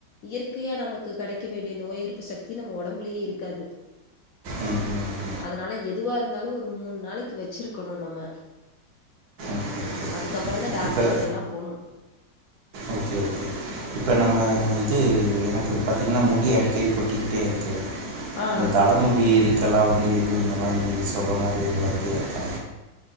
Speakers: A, on the left; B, on the right.
A: இயற்கையா நமக்கு கெடைக்க வேண்டிய நோய் எதிர்ப்பு சக்தி நம்ம ஒடம்புலயே இருக்காது
B: ம் ம் ம்
A: அதனால எதுவா இருந்தாலு ஒரு மூணு நாளைக்கி வச்சிருக்னு நம்ம
B: ஓகே ஓகே
A: அதுக்கப்பறந்தா டாக்டர்கிட்டல்லா
B: இப்போ
A: போனு
B: ஓகே ஓகே இப்போ நம்ம வந்து எனக் கு பாத்தீங்கனா முடி அடிக்கடி கொட்டிக்கிட்டே இருக்கு
A: ஆ.
B: இந்த தலமுடி இருக் இதுக்கெல்லா வந்து எது இந்த மாரி நீங்க சொல்றமாரி எது வைத்தியோ இருக்கா